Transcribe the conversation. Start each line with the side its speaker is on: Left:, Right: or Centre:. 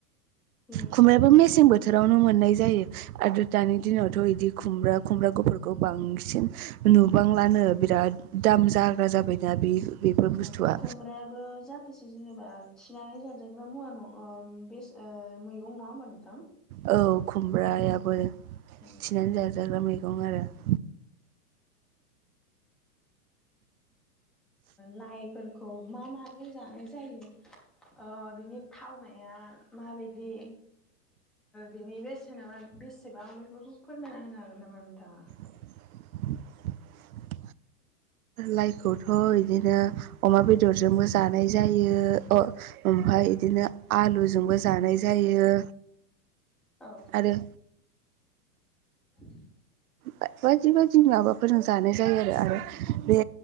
Centre: बेनिफ्राय
Right: खुमब्रायाबो मेसें बोथोर बोथोरावनो मोननाय जायो आरो दानि दिनावथ' बिदि खुमब्रा खुमब्रा गुफुरफोरखौ बांसिन नुबांलानो बिराद दाम जाग्रा जाबाय दा बे बेफोर बुस्थुआ
Centre: औ खुमब्रायाबो जाथोसे जेनेबा थिनानै जाजायो जाग्रा मुवा न' मैगं नङा होम्बा नोंथां
Right: औ खुमब्रायाबो
Centre: औ
Right: थिनानै जाजाग्रा मैगं आरो <inaudible>
Centre: लाइफोरखौ मा माजों जानाय जायो बिनि थावनाया माबायदि? बेनि बेसेना मा बेसेबां बेफोरखौ फोरमायना होनो हागोन नामा नोंथाङा?
Right: <unintelligible> लाइखौथ' बिदिनो अमा बेदरजोंबो जानाय जायो ओम ओमफाय बिदिनो आलुजोंबो जानाय जायो।
Centre: औ
Right: आरो
Centre: <unintelligible>
Right: बायदि बायदि माबाफोरजों जानाय जायो आरो आरो बे